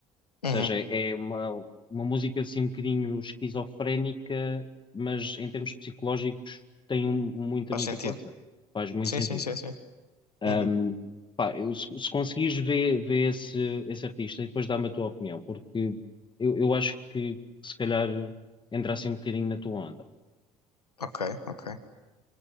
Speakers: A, on the left (about 85°); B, on the left (about 25°).
A: Uhum.
B: seja, é uma, uma música assim um bocadinho esquizofrénica, mas em termos psicológicos tem um, muita,
A: Faz
B: muita
A: sentido?
B: força. Faz muito
A: Sim,
B: sentido.
A: sim, sim, sim.
B: Ahm,
A: Uhum.
B: pá, eu- se, se conseguires ver, ver esse, esse artista e depois dá-me a tua opinião, porque eu, eu acho que se calhar entra assim um bocadinho na tua onda.
A: Ok, ok.